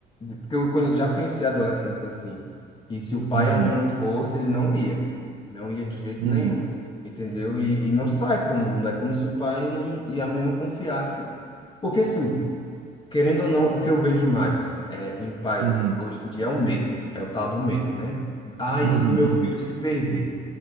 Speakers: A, on the left; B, on the right.
A: Porque eu conhe- já conheci adolescentes assim, que se o pai
B: Uhum,
A: e a mãe não Uhum. fosse, ele não ia. Não ia de jeito
B: uhum,
A: nenhum, entendeu? E, e não sai para o mundo. É como se o pai não, e a mãe não confiassem. Porque assim, querendo ou não, o que eu vejo mais é, em pais
B: uhum,
A: hoje em dia é o medo, é o tal do medo, né? Ai,
B: uhum,
A: se meu
B: uhum,
A: filho se perder,